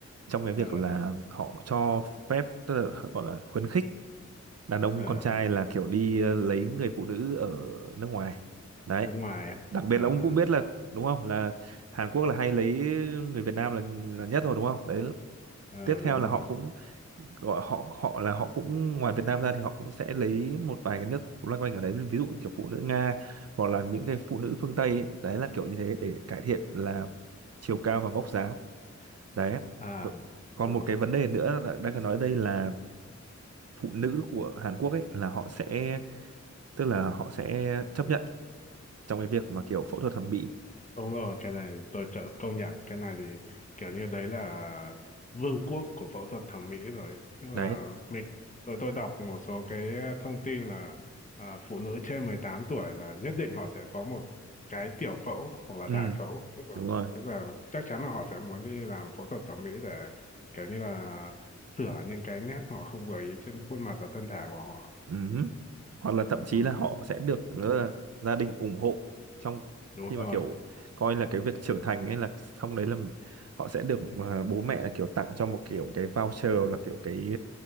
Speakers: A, on the right; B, on the left.
A: trong cái
B: ờ
A: việc là
B: ờ
A: họ cho phép tức là họ gọi là khuyến khích đàn ông
B: ờ,
A: con trai là kiểu đi ờ, lấy người phụ nữ ở nước ngoài đấy
B: nước ngoài
A: đặc biệt
B: ờ ờ
A: là ông cũng biết là đúng không là Hàn Quốc là hay lấy người Việt Nam là là nhất rồi đúng không đấy
B: ờ,
A: tiếp theo
B: đúng
A: là
B: rồi
A: họ cũng gọi họ họ là họ cũng ngoài Việt Nam ra thì họ cũng sẽ lấy một vài cái nước loanh quanh ở đấy ví dụ kiểu phụ nữ Nga hoặc là những cái phụ nữ phương Tây ấy. đấy là kiểu như thế để cải thiện là chiều cao và vóc dáng đấy
B: à
A: Ừ. còn
B: ờ
A: một cái vấn đề nữa là đang cần nói đây là phụ nữ của Hàn Quốc ấy là họ sẽ tức là họ sẽ chấp nhận trong cái việc mà kiểu phẫu thuật thẩm mỹ
B: Đúng rồi, cái này tôi chợ công nhận, cái này thì kiểu như đấy là vương quốc của phẫu thuật thẩm mỹ rồi, tức là
A: đấy
B: mình tôi tôi đọc một số cái thông tin là à, phụ nữ trên 18 tuổi là nhất định họ sẽ có một cái tiểu phẫu hoặc là
A: ừ
B: đại phẫu, tức là
A: đúng rồi
B: tức là chắc chắn là họ sẽ muốn đi làm phẫu thuật thẩm mỹ để kiểu như là sửa những cái nét họ không vừa ý trên khuôn mặt và thân thể của họ.
A: Ừm, Hoặc là thậm chí
B: Ừ,
A: là họ sẽ được rất là gia đình ủng hộ trong
B: đúng
A: khi
B: rồi.
A: mà kiểu coi là cái
B: Ừ.
A: việc trưởng thành ấy là xong đấy là họ sẽ được à, bố mẹ là kiểu tặng cho một kiểu cái voucher là kiểu cái